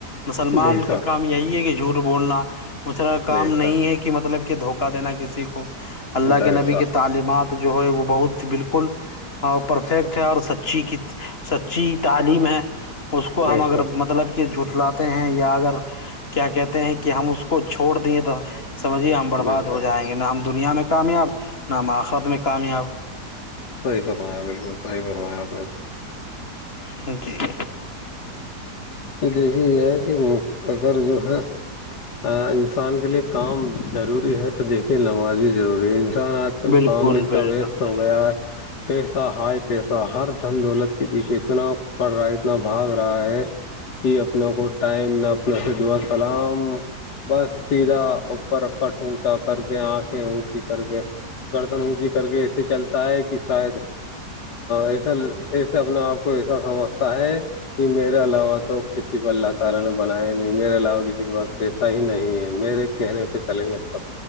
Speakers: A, on the left; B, on the left.
A: مسلمان
B: بے شک
A: کا کام یہی ہے کہ جھوٹ بولنا اس طرح کام
B: بے
A: نہیں
B: شک
A: ہے کہ مطلب کہ دھوکہ دینا کسی کو اللہ
B: بے
A: کے نبی
B: شک
A: کی تعلیمات جو ہے وہ بہت بالکل اور پرفیکٹ ہے اور سچی سچی تعلیم ہے اس کو
B: بے
A: ہم اگر
B: شک
A: مطلب کہ جٹ لاتے ہیں یا اگر کیا کہتے ہیں کہ ہم اس کو چھوڑ دیے تو سمجھیے ہم برباد
B: بے شک
A: ہو جائیں گے نہ ہم دنیا میں کامیاب نہ ہم آخت میں کامیاب
B: صحی فرمایا بالکل صحی فرمایا
A: <inaudible>
B: یہ دیکھیے یہ ہے کہ اگر جو ہے انسان کے لیے کام ضروری ہے تو دیکھیے نماز بھی ضروری ہے انسان آج آج کل
A: بالکل
B: کام بھی اتنا
A: بالکل
B: ویسٹ
A: صحیح
B: ہو گیا ہے پیسہ ہائے پیسہ ہر دھن دولت کے پیچھے اتنا پڑ رہا ہے اتنا بھاگ رہا ہے کہ اپناوں کو ٹائم نہ اپنا سے دعا سلام بس سیدھا اوپر کٹ اونچا کر کے آنکھیں اونسیی کر کے گردن ہوجی کر کے ایسے چلتا ہے کہ شاید ایسا ایسے اپنے آپ کو ایسا سمجھتا ہے کہ میرے علاوہ تو کسی کو اللہ تعالی نے بنایا ہی نہیں میرے علاوہ کسی کے پاس پیسہ ہی نہیں ہے میرے کہنے پہ چلیں گے سب